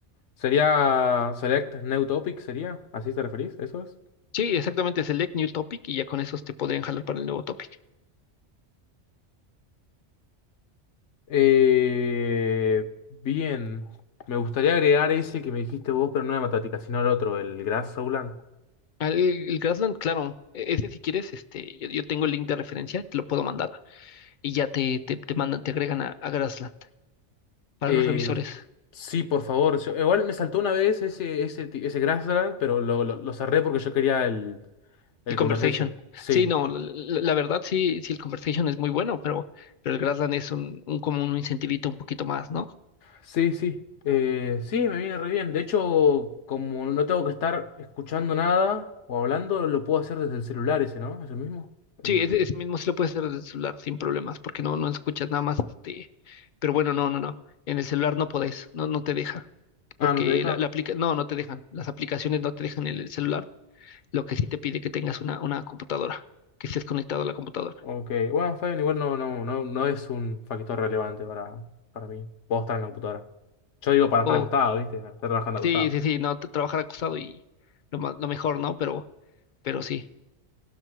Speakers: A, on the left (about 80°); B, on the left (about 55°).
A: Sería Select New Topic, ¿sería? ¿Así te referís? ¿Eso es?
B: Sí, exactamente, select new topic y ya con esos te podrían jalar para el nuevo topic.
A: Eh, bien. Me gustaría agregar ese que me dijiste vos, pero no la matemática, sino el otro, el Grass Soulan.
B: Ah, El, el Grassland, claro, e- ese si quieres, este, yo, yo tengo el link de referencia, te lo puedo mandar y ya te, te, te mandan, te agregan a, a Grassland para
A: Eh,
B: los revisores.
A: sí, por favor. Yo- igual me saltó una vez ese, ese, ti- ese Grassland, pero lo, lo, lo cerré porque yo quería el, el
B: El Conversation.
A: Conversation. Sí.
B: Sí, no, la, la- la verdad sí, sí, el Conversation es muy bueno, pero, pero el Grassland es un, un como un incentivito un poquito más, ¿no?
A: Sí, sí. Eh, sí, me viene re bien. De hecho, como no tengo que estar escuchando nada o hablando, lo puedo hacer desde el celular ese, ¿no? ¿Es el mismo? El-
B: Sí, ese, ese mismo sí lo puedes hacer desde el celular sin problemas, porque no, no escuchas nada más, este, pero bueno, no, no, no. En el celular no podés, no, no te deja.
A: Ah,
B: Porque
A: ¿no te deja?
B: la, la aplica, no, no te dejan. Las aplicaciones no te dejan en el celular Lo que sí te pide que tengas una, una computadora, que estés conectado a la computadora.
A: Ok. Bueno, está bien, igual no, no, no, no es un factor relevante para, para mí. Puedo estar en la computadora. Yo digo para estar
B: O,
A: acostado, ¿viste? Para estar trabajando acostado.
B: sí, sí, sí, no, t- trabajar acostado y lo, ma- lo mejor, ¿no? Pero, pero sí.